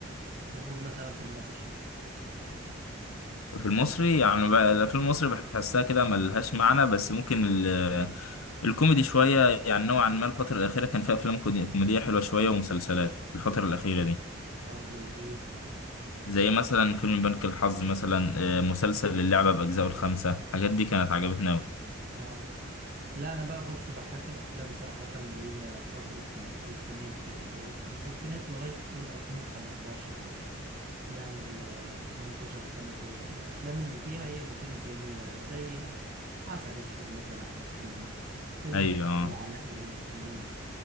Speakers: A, on the right; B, on the left.
A: هنقول مثلا في المصري
B: في المصري يعني بقى الأفلام المصري بحسها كده ملهاش معنى بس ممكن ال... الكوميدي شوية يعني نوعا ما الفترة الأخيرة كان فيها أفلام كوميدي- كوميدية حلوة شوية ومسلسلات الفترة الأخيرة دي
A: اه زي ايه
B: زي مثلا فيلم بنك الحظ مثلا آه، مسلسل اللعبة بأجزائه الخمسة الحاجات دي كانت عجبتنا أوي
A: اه لا انا بقى بص بحب الافلام صراحة اللي هي فترة الالفينات كده اللي هي من الالفينات لغاية قول 2015 يعني يعني ال ال 15 سنة دول الافلام اللي فيها هي اللي كانت جميلة زي عسل اسود مثلا احمد حلمي فيلم
B: أيوة
A: النصر
B: اه
A: علاء ولي الدين